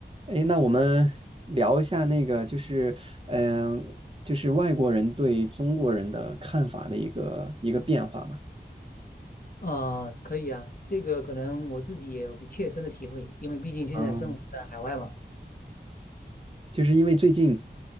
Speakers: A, on the right; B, on the left.
A: 诶，那我们聊一下那个，就是，嗯、就是外国人对中国人的看法的一个一个变化吧。
B: 啊、可以啊，这个可能我自己也有比切身的体会，因为毕竟现在生活在海外嘛。
A: 嗯，就是因为最近